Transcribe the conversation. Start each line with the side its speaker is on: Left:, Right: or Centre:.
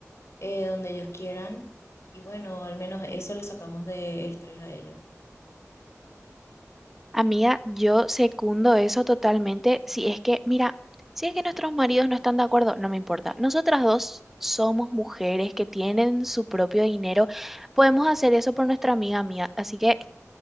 Left: eh, donde ellos quieran. Y bueno, al menos eso le sacamos de estrés a ellos.
Centre: Amiga, yo secundo eso totalmente. Si es que, mira, si es que nuestros maridos no están de acuerdo, no me importa. Nosotras dos somos mujeres que tienen su propio dinero. Podemos hacer eso por nuestra amiga mía. Así que